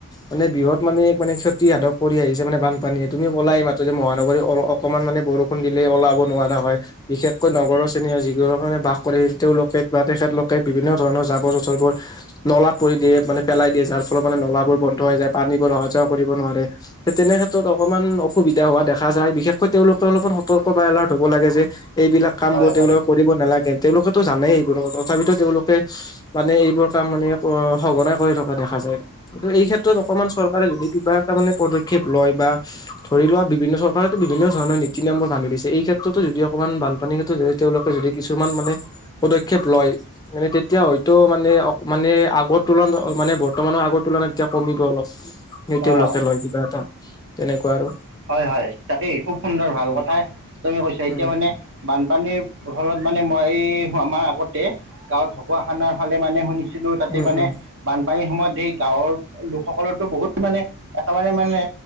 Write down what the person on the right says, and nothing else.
উম
হয়
হয়
অঁ
হয় হয় তাকেই খুব সুন্দৰ ভাল
কথাই তুমি কৈছা। এতিয়া
মানে বানপানীৰ ফলত মানে মই এই আমাৰ আগতে গাঁৱত ঢকুৱা খানাৰ ফালে মানে শুনিছিলো তাতে
মানে
বানপানীৰ সময়ত সেই গাঁৱৰ লোকসকলৰটো বহুত মানে একেবাৰে মানে